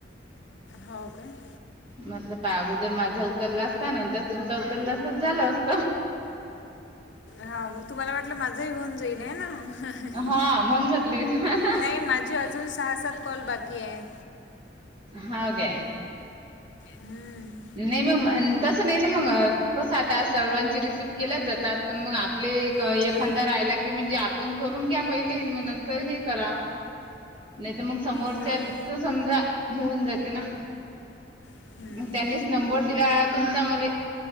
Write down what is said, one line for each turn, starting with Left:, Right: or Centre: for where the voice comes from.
Left: हो काय
Right: मतलब पहा अगोदर माझा उचलला असता नंतर तुमचा उचलला असता झालं असतं.
Left: हा मग तुम्हाला वाटलं माझंही होऊन जाईन आहे ना.
Right: हा <unintelligible>
Left: नाही माझे अजून सहा सात कॉल बाकी आहेत.
Right: हाव काय?
Left: हम्म.
Right: नाही म म तसं नाही ना मगं कसं आता सर्वांची रिसिप केल्याच जातात पण मग आपले एख
Left: हो
Right: एखांदा राहिला की म्हणजे आपण करून घ्या पहिले मग नंतर हे करा. नाही तर मग समोरच्याल
Left: हो ना
Right: तर समजा हेऊन जाते ना
Left: हम्म.
Right: मग त्यांनीच नंबर दिला तुमचा मले.